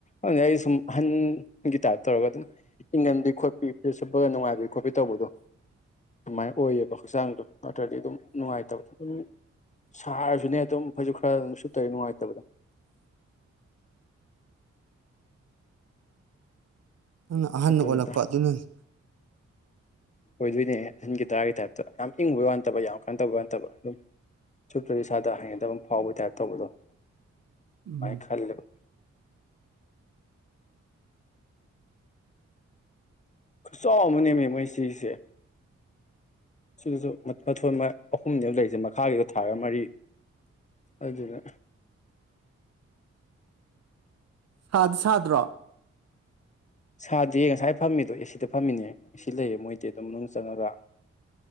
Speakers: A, on the left (about 25°); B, on the right (about 55°).
A: ꯑꯗꯨ ꯑꯩ ꯁꯨꯝ ꯑꯍꯟꯒꯤ ꯇꯥꯏꯞ ꯇꯧꯔꯒ ꯑꯗꯨꯝ ꯏꯪ ꯉꯝꯗꯤ ꯈꯣꯠꯄꯤ ꯐꯩꯖꯨꯞ ꯁꯨꯞꯄꯒ ꯅꯨꯡꯉꯥꯏꯕꯤ ꯈꯣꯠꯄꯤ ꯇꯧꯕꯗꯣ ꯑꯗꯨꯃꯥꯏꯅ ꯑꯣꯏꯌꯦꯕ ꯍꯛꯆꯥꯡꯗꯣ ꯅꯠꯇ꯭ꯔꯗꯤ ꯑꯗꯨꯝ ꯅꯨꯡꯉꯥꯏꯇꯕꯗ ꯑꯗꯨꯝ ꯁꯥꯔꯁꯨꯅꯦ ꯑꯗꯨꯝ ꯐꯁꯨ ꯈꯔ ꯑꯗꯨꯝ ꯁꯠꯇꯔꯤ ꯅꯨꯡꯉꯥꯏꯇꯕꯗꯣ
B: ꯅꯪꯅ ꯑꯍꯟꯅ
A: ꯑꯗꯨꯅꯤꯗ
B: ꯑꯣꯜꯂꯛꯄ ꯑꯗꯨꯅꯅꯤ
A: <inaudible> ꯑꯣꯏꯗꯣꯏꯅꯦꯍꯦ ꯑꯍꯟꯒꯤ ꯇꯔꯥꯒꯤ ꯇꯥꯏꯞꯇ ꯌꯥꯝ ꯏꯪꯉꯨꯕꯩ ꯋꯥ ꯅꯠꯇꯕ ꯌꯥꯝ ꯀꯟꯅꯣ ꯇꯧꯕꯩ ꯋꯥ ꯅꯠꯇꯕ ꯑꯗꯨꯝ ꯁꯨꯞꯇ꯭ꯔꯗꯤ ꯏꯁꯥꯗ ꯍꯩꯅꯗꯕꯝ ꯐꯥꯎꯕꯩ ꯇꯥꯏꯞꯇ ꯇꯧꯕꯗꯣ ꯑꯗꯨꯃꯥꯏꯅ
B: ꯎꯝ
A: ꯈꯜꯂꯦꯕ ꯈꯨꯠꯆꯥꯎ ꯑꯃ ꯅꯦꯝꯃꯦ ꯃꯣꯏ ꯁꯤꯁꯦ ꯁꯤꯗꯖꯨ ꯃ ꯃꯊꯣꯜ ꯃꯥ ꯑꯍꯨꯝꯅꯦꯕ ꯂꯩꯔꯤꯖꯦ ꯃꯈꯥꯒꯤꯗꯣ ꯊꯥꯔꯒ ꯃꯔꯤ ꯑꯗꯨꯗꯨꯅ
B: ꯁꯥꯗꯤ ꯁꯥꯗ꯭ꯔꯣ
A: ꯁꯥꯗꯦ ꯉꯁꯥꯏ ꯐꯝꯃꯤꯗꯣ ꯑꯦ ꯁꯤꯗ ꯐꯝꯃꯤꯅꯦ ꯑꯦ ꯁꯤ ꯂꯩꯌꯦ ꯃꯣꯏꯗꯤ ꯑꯗꯨꯝ ꯃꯅꯨꯡ ꯆꯪꯉꯒ